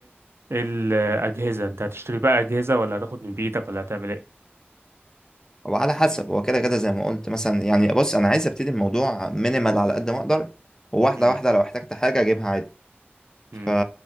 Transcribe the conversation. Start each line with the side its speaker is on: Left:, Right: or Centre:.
Right: للأجهزة انت هتشتري بقى أجهزة ولا هتاخد من بيتك ولا هتعمل ايه
Left: هو على حسب هو كده كده زي ما قلت مثلا يعني بص انا عايز ابتدي الموضوع مينيمال على قد ما اقدر وواحده
Right: م،
Left: واحده لو احتجت حاجه اجيبها عادي ف
Right: م،